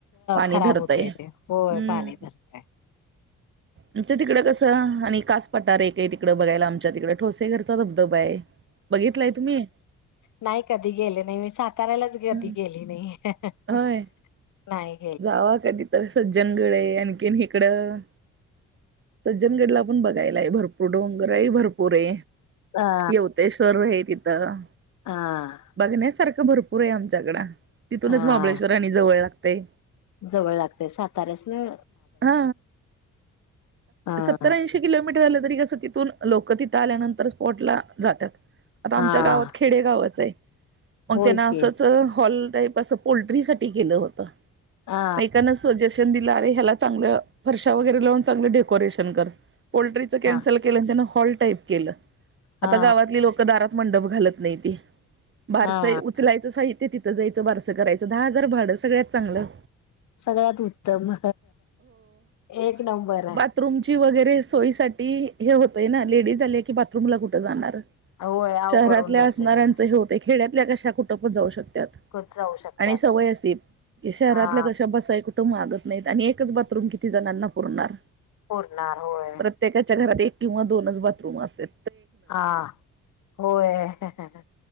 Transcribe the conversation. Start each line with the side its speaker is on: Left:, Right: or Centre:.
Right: पाणी
Left: खराब
Right: धरतय
Left: होतय
Right: हम्म
Left: ते होय पाणी धरतय.
Right: आमचं तिकडं कसं आणि कस पटार एक आय तिकडं बघायला आमच्या तिकडं ठोसे गरचा धबधबा आय. बघितलाय तुम्ही?
Left: नाय कधी गेले नाय मी साताऱ्यालाच कधी
Right: हम्म.
Left: गेली नाय.
Right: होय
Left: नाय.
Right: जावा कधी तर सज्जनगड ए आणखीन इकडं सज्जनगडला पण बघायला आय भरपूर पु डोंगरही भरपूरे.
Left: हा
Right: यवतेश्वरये तिथं.
Left: हा.
Right: बघण्यासारखं भरपूरे आमच्याकड. तिथूनच
Left: हा
Right: महाबळेश्वर आणि जवळ लागतेय.
Left: जवळ लागते साताऱ्यास ना.
Right: ह.
Left: हा
Right: सत्तर आंशी किती किलोमीर आल तरी कस तीतून लोक तिथं आल्यानंतर स्पॉटला जात्यात. आता
Left: हा
Right: आमच्या गावात की खेडेगावाच आहे. मग
Left: होय
Right: त्यांना
Left: की
Right: असंच हॉल टाईप असं पोल्ट्री साठी केलं होत.
Left: हा
Right: एकान सजेशन दिलं. अरे ह्याला चांगलं फरशा वगैरे लावून, चांगलं डेकोरेशन कर. पोल्ट्री च कॅन्सल
Left: हा
Right: केलं न त्यांन हॉल टाईप केलं.
Left: हा
Right: आता गावातील लोक दारात मंडप घालत नाही ती. बारसय
Left: हा.
Right: उ उचलायचं साहित्य. तिथं जायचं बारसं करायचं. दहा हजार भाडं सगळ्यात चांगलं.
Left: सगळ्यात उत्तम. एक नंबर.
Right: बाथरूम ची वगैरे सोयी साठी हे होतय ना. लेडीज आले की बाथरूम ला कुठे जाणार.
Left: होय अवघड
Right: शहरातल्या
Left: होऊन बसतय
Right: असणाऱ्यांच
Left: सगळं.
Right: हे होते. खेड्यातल्या कशा कुठपण जाऊ शकतात.
Left: कच जाऊ शकतात
Right: आणि सवय असते. शहरातल्या
Left: हा
Right: कशा बस कुठ मागत नाहीत. आणि एकच बाथरूम किती जणांना पुरणार.
Left: पुरणार होय.
Right: प्रत्येकाच्या घरात एक किंवा दोनच बाथरूम असतात.
Left: हा. होय.